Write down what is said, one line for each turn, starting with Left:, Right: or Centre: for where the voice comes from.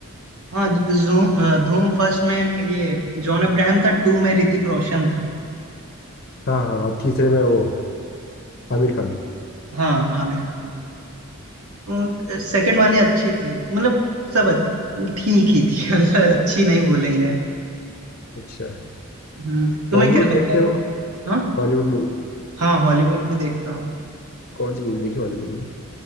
Right: हाँ जूम अ, धूम फर्स्ट में ये जॉन अब्राहम था टू में ऋतिक रोशन था
Left: हाँ हाँ और तीसरे में वो आमिर खान
Right: हाँ आमिर खान तो सेकंड वाली अच्छी थी मतलब सब अच्छ- ठीक ही थी <laughs> मतलब अच्छी नहीं बोलेंगे
Left: अच्छा
Right: हम्म तुम्हें
Left: हॉलीवुड
Right: क्या लगता
Left: देखते
Right: है
Left: हो
Right: हाँ
Left: Hollywood movie
Right: हाँ हॉलीवुड भी देखता हूँ
Left: कौन सी मूवी देखी हॉलीवुड में